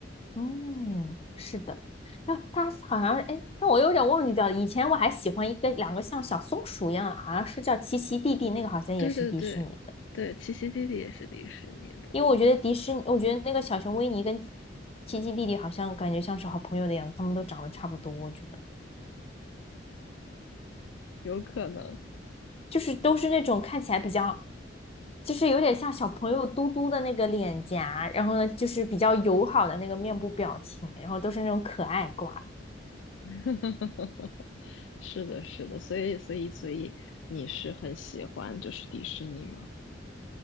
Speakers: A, on the left; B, on the left.
A: 嗯，是的。那它好像是哎，但我有点忘记掉了。以前我还喜欢一个两个像小松鼠一样，好像是叫奇奇弟弟，那个好像也是迪士尼的。
B: 对对对对，七奇弟弟也是迪士尼的。
A: 因为我觉得迪士尼，我觉得那个小熊维尼跟奇奇弟弟好像感觉像是好朋友的样子，他们都长得差不多，我觉得
B: 有可能。
A: 就是都是那种看起来比较，就是有点像小朋友嘟嘟的那个脸颊，然后呢就是比较友好的那个面部表情，然后都是那种可爱挂。
B: <laughs> 是的，是的，所以，所以，所以你是很喜欢就是迪士尼吗？